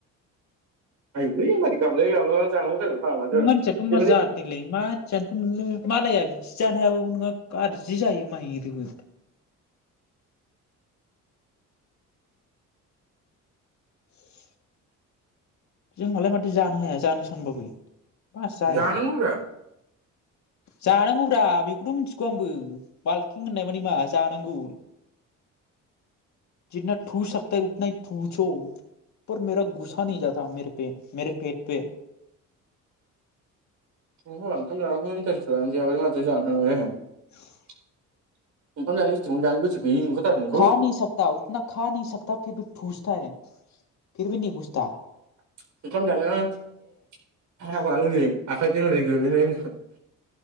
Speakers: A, on the right (about 65°); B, on the left (about 60°).
A: आयुलै मारै गामलाबा <unintelligible> जानांगौ जाखो फाग्ला जों
B: नों मानथियाथ'
A: जेबोलै
B: मा जादनिलै मा मानसियानोथ' नोङो मालाया बि जानो हायाबो नङा गाज्रि जायो माइरिबो <inaudible> जोंहालाय माथो जानो हाया जानो सानबाबो बास जायो
A: जानांगौ ब्रा
B: जानांगौब्रा बेखौथ' मिथिगौ आंबो बाल्किं होननाय मानि मा जानांगौ बिदिना थुसाखथाय उथनाय थुस'फोर मेरा गुसानै जाथ' ता मेरेपे मेरे पेट पे
A: <unintelligible>
B: औ
A: <unintelligible> नोंखौ
B: खा न सकथ उथना खा नहि सकता फिर बे थुसथ है फिरबि नहि गुसथा
A: <unintelligible>